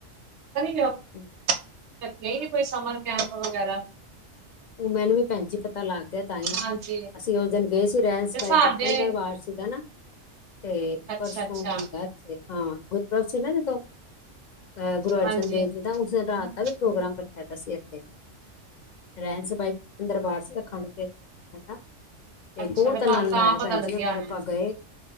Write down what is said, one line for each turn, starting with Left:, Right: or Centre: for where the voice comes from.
Right: ਕਰੀ ਜੋਬ
Left: ਹਮ,
Right: ਲੱਗਦੇ ਈ ਨਹੀਂ ਪਏ ਸਮਰ ਕੈਂਪ ਵਗੈਰਾ
Left: ਉਹ ਮੈਨੂੰ ਵੀ ਭੈਣ ਜੀ, ਪਤਾ ਲੱਗ ਗਿਆ ਤਾਂ ਹੀ,
Right: ਹਾਂਜੀ
Left: ਅਸੀਂ ਉਸ ਦਿਨ ਗਏ ਸੀ, ਰਹਿਣ
Right: ਤੇ
Left: ਸਬਾਈ
Right: ਸਾਡੇ
Left: ਕਿਰਤਨ ਦਰਬਾਰ ਸੀਗਾ ਨਾ ਤੇ
Right: ਅੱਛਾ-ਅੱਛਾ,
Left: ਪਰਸੋਂ ਵੀ ਸੀਗਾ ਐਥੇ,, ਗੁਰਪੁਰਬ ਸੀ ਨਾ ਜਦੋਂ ਅਹ, ਗੁਰੂ ਅਰਜਨ
Right: ਹਾਂਜੀ।
Left: ਦੇਵ ਜੀ ਦਾ ਉਸ ਦਿਨ ਰਾਤ
Right: ਅੱਛਾ,
Left: ਦਾ ਵੀ ਪ੍ਰੋਗਰਾਮ ਰੱਖਿਆ ਦੇਆ ਸੀ ਇੱਥੇ ਰਹਿਣ ਸਬਾਈ ਕਿਰਤਨ ਦਰਬਾਰ ਸੀਗਾ ਅਖੰਡ ਕੀਰਤਨੀ ਨਾ ਤੇ
Right: ਅੱਛਾ
Left: ਬਹੁਤ
Right: ਫੇਰ ਤੁਹਾਨੂੰ
Left: ਆਨੰਦ
Right: ਤਾਂ
Left: ਆਇਆ
Right: ਪਤਾ
Left: ਭੈਣ
Right: ਲੱਗਿਆ
Left: ਜੀ, ਉੱਥੇ ਆਪਾਂ
Right: ਹੋਣਾ।
Left: ਗਏ